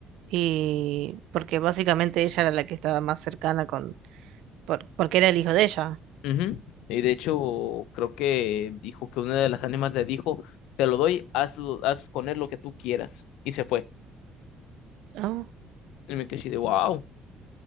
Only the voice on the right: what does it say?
y porque básicamente ella era la que estaba más cercana con, por- porque era el hijo de ella.
Ah,